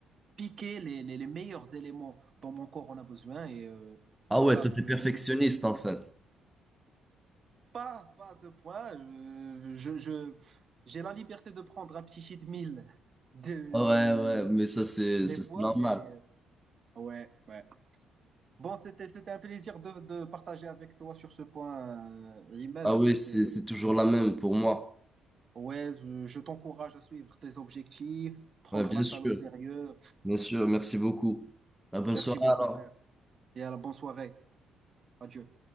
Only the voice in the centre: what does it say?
Ah
ouais, toi
t'es perfectionniste
en fait.
Ah Ouais, ouais, mais ça c'est
ça,
c'est normal.
Ah oui,
c'est
c'est toujours la même pour moi.
Ouais, bien
sûr,
bien sûr, merci beaucoup. À bonne
soirée
alors.